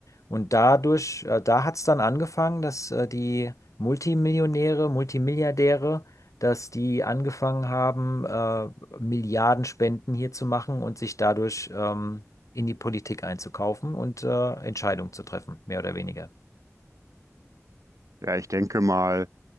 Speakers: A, on the left; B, on the right.
A: Und dadurch, äh, da hat es dann angefangen, dass äh, die Multimillionäre, Multimilliardäre, dass die angefangen haben, äh, Milliardenspenden hier zu machen und sich dadurch ähm, in die Politik einzukaufen und äh, Entscheidungen zu treffen, mehr oder weniger.
B: ja, ich denke mal,